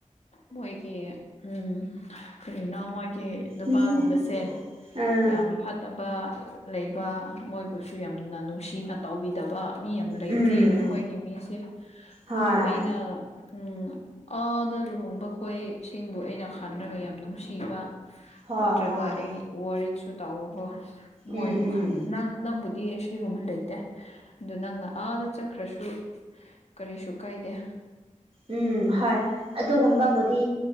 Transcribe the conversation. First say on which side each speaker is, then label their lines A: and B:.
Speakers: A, on the left; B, on the right.
A: ꯃꯣꯏꯒꯤ ꯎꯝ ꯀꯔꯤꯅꯣ ꯃꯣꯏꯒꯤ ꯅꯨꯄꯥꯒꯨꯝꯕꯁꯦ
B: ꯅꯤꯡꯉꯦ ꯑꯥ
A: ꯌꯥꯝ ꯐꯠꯇꯕ ꯂꯩꯕ ꯃꯣꯏꯕꯨꯁꯨ ꯌꯥꯝꯅ ꯅꯨꯡꯁꯤꯅ ꯇꯧꯕꯤꯗꯕ ꯃꯤ ꯌꯥꯝ ꯂꯩꯕꯅꯦ
B: ꯎꯝ
A: ꯑꯩꯈꯣꯏꯒꯤ ꯃꯤꯁꯦ
B: ꯍꯣꯏ
A: ꯑꯗꯨ ꯑꯩꯅ ꯎꯝ ꯑꯥꯗ ꯂꯨꯍꯣꯡꯕ ꯈꯣꯏ ꯁꯤꯡꯕꯨ ꯑꯩꯅ ꯈꯟꯔꯒ ꯌꯥꯝ ꯅꯨꯡꯁꯤꯕ
B: ꯍꯣꯏ
A: ꯅꯠꯇ꯭ꯔꯒ
B: ꯍꯣꯏ
A: ꯑꯩꯒꯤ ꯋꯥꯔꯤꯠꯁꯨ ꯇꯥꯎꯕꯀꯣ ꯃꯣꯏꯕꯨ
B: ꯎꯝ ꯎꯝ
A: ꯈꯅ ꯅꯪ ꯅꯪꯕꯨꯗꯤ ꯁꯤꯒꯨꯝꯕ ꯂꯩꯇꯦ ꯑꯗꯨ ꯅꯪꯅ ꯑꯥꯗ ꯆꯠꯈ꯭ꯔꯁꯨ ꯀꯔꯤꯁꯨ ꯀꯥꯏꯗꯦ
B: ꯎꯝ ꯍꯣꯏ ꯑꯗꯨꯒꯨꯝꯕꯕꯨꯗꯤ